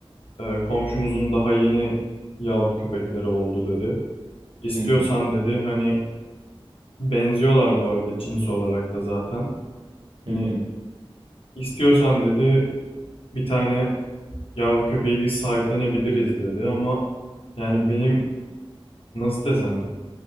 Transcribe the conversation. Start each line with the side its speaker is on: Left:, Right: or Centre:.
Left: e, Komşumuzun daha yeni yavru köpekleri oldu dedi. İstiyorsan
Right: Hı hı,
Left: dedi hani benziyorlar bu arada cins olarak da zaten.
Right: hı
Left: Hani
Right: hı,
Left: istiyorsan dedi bir tane yavru köpeği biz sahiplenebiliriz dedi ama yani benim Nasıl desem?